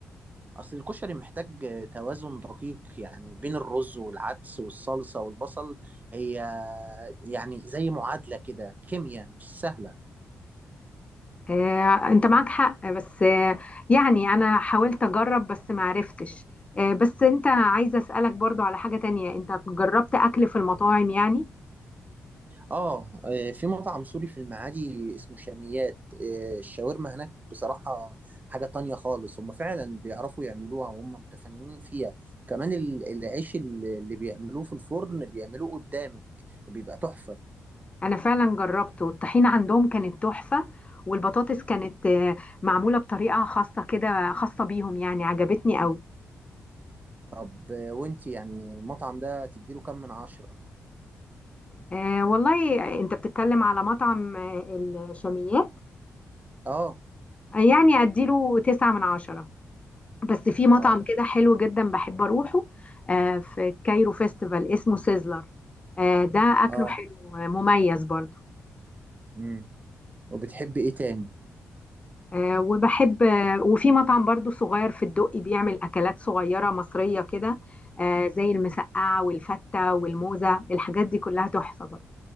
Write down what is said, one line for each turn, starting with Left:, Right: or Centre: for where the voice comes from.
Right: اصل الكشري محتاج آه، توازن دقيق يعني بين الرز والعدس والصلصة والبصل هي يعني زي معادلة كده كيمياء مش سهلة
Left: آه، انت معاك حق بس آه، يعني انا حاولت اجرب بس ما عرفتش آه، بس انت عايزة اسألك برضو على حاجة تانية انت جربت اكل في المطاعم يعني
Right: اه آه، في مطعم سوري في المعادي اسمه شاميات آه، الشاورما هناك بصراحة حاجة تانية خالص هم فعلا بيعرفوا يعملوها وهم متفننين فيها كمان ال- العيش اللي اللي بيعملوه في الفرن بيعملوه قدامك بيبقى تحفة
Left: انا فعلا جربته الطحينة عندهم كانت تحفة والبطاطس كانت آه، معمولة بطريقة خاصة كده خاصة بيهم يعني عجبتني قوي
Right: طب آه، وانت يعني المطعم ده تديله كام من عشرة
Left: آه والله انت بتتكلم على مطعم آه، الشاميات
Right: اه
Left: يعني اديله تسعة من عشرة بس في
Right: اه
Left: مطعم كده حلو جدا بحب اروحه آه في كايرو فيستيفال اسمه سيزلر آه ده اكله
Right: اه
Left: حلو آه، مميز برضو
Right: امم وبتحبي ايه تاني
Left: آه وبحب آه وفي مطعم برضو صغير في الدقي بيعمل اكلات صغيرة مصرية كده آه زي المسقعة والفتة والموزة الحاجات دي كلها تحفة برضو